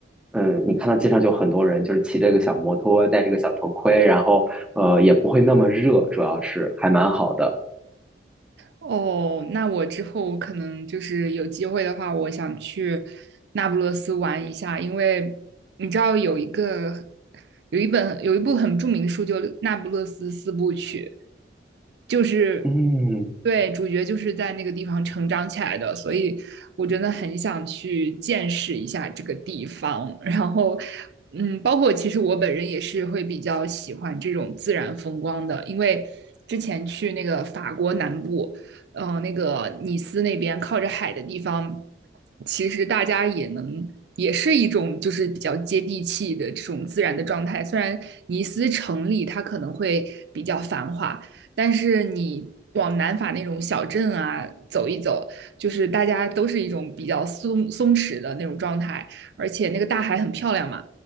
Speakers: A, in the centre; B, on the right.
A: 嗯，你看到街上就很多人，就是骑着个小摩托，戴这个小头盔，然后呃也不会那么热，主要是还蛮好的。
B: 哦，那我之后可能就是有机会的话，我想去那不勒斯玩一下，因为你知道有一个有一本有一部很著名的书，就《那不勒斯四部曲》，就是
A: 嗯，
B: 对主角就是在那个地方成长起来的，所以我真的很想去见识一下这个地方。然后，嗯，包括其实我本人也是会比较喜欢这种自然风光的，因为之前去那个法国南部。嗯、呃那个尼斯那边靠着海的地方，其实大家也能。也是一种就是比较接地气的这种自然的状态。虽然尼斯城里它可能会比较繁华，但是你往南法那种小镇啊走一走，就是大家都是一种比较松松弛的那种状态，而且那个大海很漂亮嘛。